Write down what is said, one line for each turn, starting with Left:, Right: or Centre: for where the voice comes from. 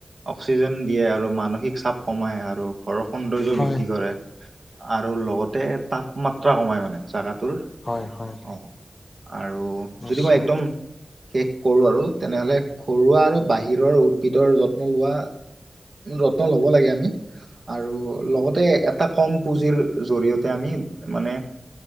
Right: অক্সিজেন দিয়ে আৰু মানসিক চাপ। কমাই আৰু ঘৰৰ সৌন্দৰ্য
Left: হয়
Right: বৃদ্ধি কৰে। আৰু লগতে তাপমাত্ৰা কমাই মানে জাগাটোৰ।
Left: হয়, হয়।
Right: অ, আৰু
Left: নিশ্চয়
Right: যদি মই একদম শেষ কৰোঁ আৰু তেনেহ'লে, ঘৰুৱা আৰু বাহিৰৰ উদ্ভিদৰ যত্ন লোৱা যত্ন ল'ব লাগে। আৰু লগতে এটা কম পুজিৰ জৰিয়তে, আমি মানে এ,